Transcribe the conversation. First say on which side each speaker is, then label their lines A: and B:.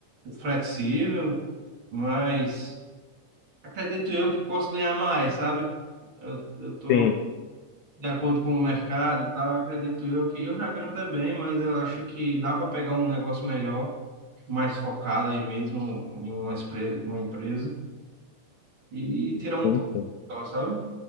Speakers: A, on the right (about 40°); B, on the left (about 75°).
A: flexível, mas acredito eu que posso ganhar mais, sabe? Eu eu estou
B: sim,
A: de acordo com o mercado e tal, acredito eu que eu já ganho até bem, mas eu acho que dá para pegar um negócio melhor, mais focado aí mesmo em uma empresa, uma empresa e tirar um
B: sim,
A: pouco,
B: sim,
A: só, sabe?